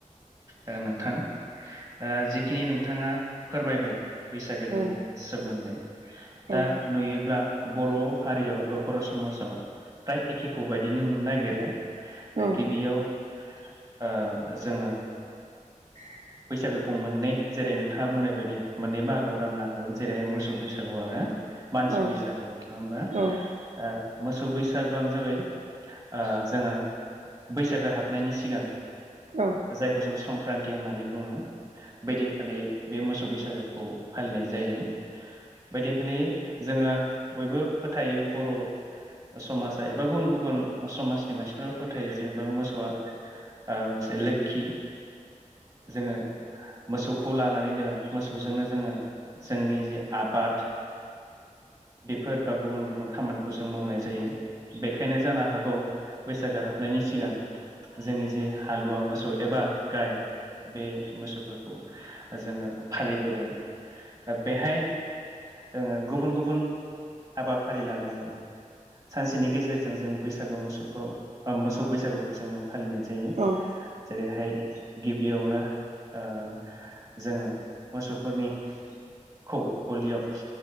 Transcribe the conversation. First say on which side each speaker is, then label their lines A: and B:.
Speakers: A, on the right; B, on the right.
A: औ नोंथां ओ जिखिनि नोंथांङा फोरमायबाय बैसागुनि
B: औ
A: सोमोन्दै
B: औ
A: दा नुयोब्ला बर' हारियाव एबा बर' समाजाव फ्राय एखेखौ बदिनो नुनो नागिरो
B: औ
A: गिबियाव ओ जोङो
B: <inaudible>
A: बैसागुखौ मोननै जेरै नोंथांङा बुंनाय बायदि मोननै बाहागोआव राननो हायो जेरै- मोसौ बैसागु आरो मानसि
B: औ
A: बैसागु नङा होमबा?
B: औ
A: ओ मोसौ बैसागुआनो जाबाय ओ जोङो बैसागु हाबनायनि सिगां
B: औ
A: जायखौ जों संक्रान्ति होननानै बुङो बिदिन खालि बे मोसौ बैसागुखौ फालिनाय जायो। बैदिनखालि जोङो बयबो फोथायो बर' समाजा एबा गुबुन गुबुन समाजनि मानसिफोरा फोथायो जेनेबा मोसौआ मोनसे लोकखि जोङो मोसौखौ लानानैनो मोसौजोंनो जोङो जोंनि जि आबाद बेफोर बा गुबुन गुबुन खामानिखौ जों मावनाय जायो। बेखायनो जानो हागौ बैसागु हाबनायनि सिगां जोंनि जे हालुवा मोसौ एबा गाइ बे मोसौफोरखौ जोङो फालिबोदों दा बेहाय जोङो गुबुन गुबुन हाबाफारि लानानै सानसेनि गेजेरजों जोङो बैसागु मोसौखौ ओ मोसौ बैसागुखौ जोङो फालिनाय जायो।
B: औ
A: जेरैहाय गिबियावनो ओ जोङो मोसौफोरनि खौ गलियाव